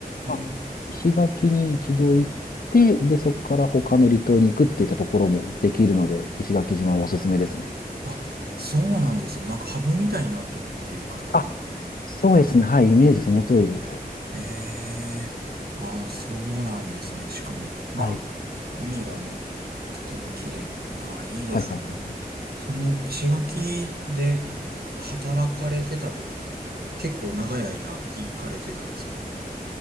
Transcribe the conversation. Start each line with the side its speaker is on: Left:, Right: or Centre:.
Left: まあ石垣に一度行って、
Right: え。
Left: で、そこから他の離島に行くっていったところもできるので、石垣島はおすすめですね。
Right: あ、そうなんですね。なんかハブみたいになってるっていう感じなんですね。
Left: あ、そうですね。はい、イメージその通りです。
Right: へえ、ああ、そうなんですね。しかも、まあ、
Left: はい。
Right: 海がめ、とても綺麗。ああ、いいですね。
Left: はい、はい、は
Right: その、石垣で働かれてた時って、結構長い間行かれてたんですか